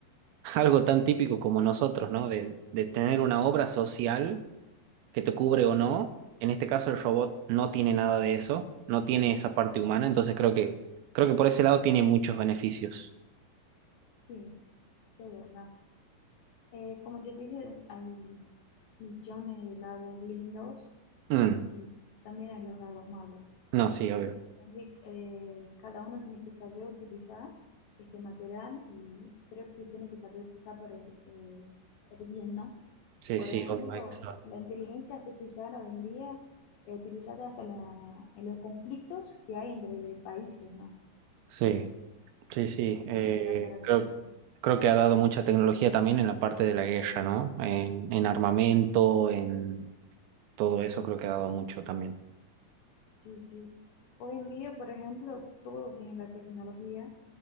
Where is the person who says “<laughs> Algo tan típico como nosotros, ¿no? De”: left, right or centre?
Right